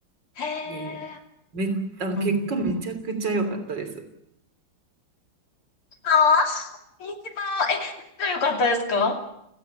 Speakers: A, on the left; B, on the right.
A: へえ。
B: で、め、あの、
A: うん。
B: 結果めちゃくちゃ良かったです。
A: ああ、いいなぁ。え、仲良かったですか